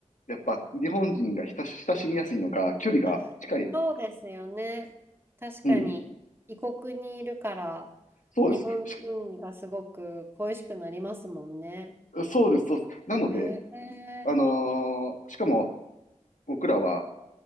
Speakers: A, on the left; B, on the right.
A: やっぱ日本人が親し親しみやすいのか、距離が近い。
B: あ、そうですよね。確かに、
A: うん、
B: 異国にいるから、
A: そうです。
B: 日本人がすごく恋しくなりますもんね。
A: しそうです、そうです。なので、
B: へえ。
A: あのーしかも僕らは、